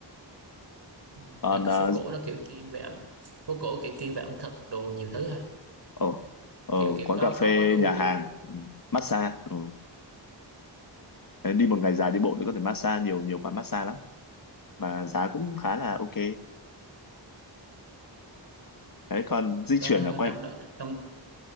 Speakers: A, on the right; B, on the left.
A: thì
B: còn
A: cái phố
B: à,
A: cổ đó kiểu chuyên về ẩm phố cổ kiểu chuyên về ẩm thực đồ nhiều thứ à
B: ở ở
A: kiểu kiểu
B: quán
A: có
B: cà phê
A: có có khu
B: nhà hàng ừ, massage ừ. Đấy, đi một ngày dài đi bộ thì có thể massage nhiều nhiều quán massage lắm mà giá cũng khá là ok đấy còn di
A: có,
B: chuyển ở quanh
A: trong đó trong